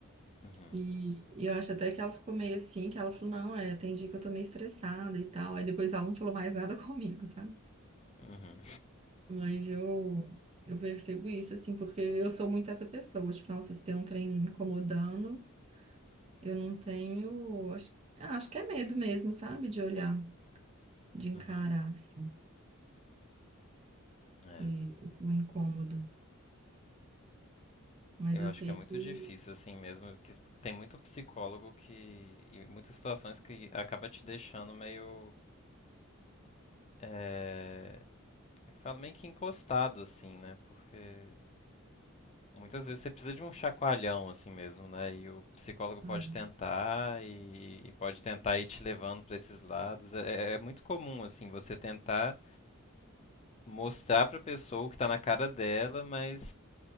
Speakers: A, on the left (about 30°); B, on the right (about 30°).
A: uhum,
B: E e eu acho até que ela ficou meio assim, que ela falou, não, é, tem dia que eu tô meio estressada e tal. Aí depois ela não falou mais nada <laughs> comigo, sabe?
A: uhum,
B: Mas eu, eu percebo isso, assim, porque eu sou muito essa pessoa. Tipo, nossa, se tem um trem me incomodando, eu não tenho. Acho, ah, acho que é medo mesmo, sabe? De olhar, de encarar.
A: <laughs> uhum.
B: assim." Esse-
A: É.
B: o incômodo. Mas
A: Eu
B: eu
A: acho
B: sei
A: que é muito
B: que.
A: difícil, assim mesmo, que tem muito psicólogo que. e muitas situações que acaba te deixando meio. É, como é que fala? Meio que encostado, assim, né? Porque Muitas vezes você precisa de um chacoalhão assim mesmo, né? E o psicólogo pode
B: É.
A: tentar e, e pode tentar ir te levando para esses lados. É, é é muito comum assim você tentar mostrar para a pessoa o que está na cara dela, mas